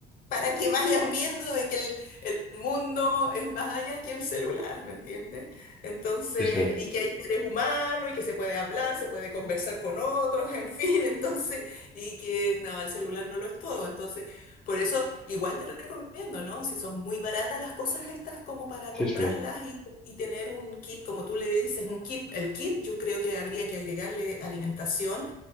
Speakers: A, on the left; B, in the centre.
A: para que vayan viendo de que el, el mundo es más allá que el celular, ¿me entiendes? Entonces,
B: sí, sí,
A: y que hay seres humanos y que se puede hablar, se puede conversar con otros, en fin, <laughs> entonces, y que no, el celular no lo es todo. Entonces, por eso igual te recomiendo, ¿no? Si son muy baratas las cosas estas como para
B: sí,
A: comprarlas
B: sí,
A: y, y tener un kit, como tú le dices, un kit. El kit yo creo que habría que agregarle alimentación,